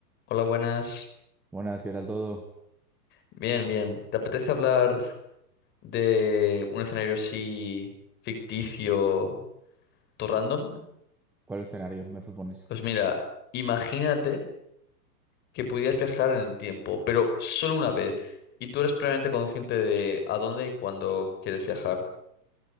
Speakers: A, on the left; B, in the centre.
A: Hola, buenas.
B: Buenas, ¿qué tal todo?
A: Bien, bien. ¿Te apetece hablar de un escenario así ficticio, todo random?
B: ¿Cuál escenario me propones?
A: Pues mira, imagínate que pudieras viajar en el tiempo, pero solo una vez, y tú eres plenamente consciente de a dónde y cuándo quieres viajar.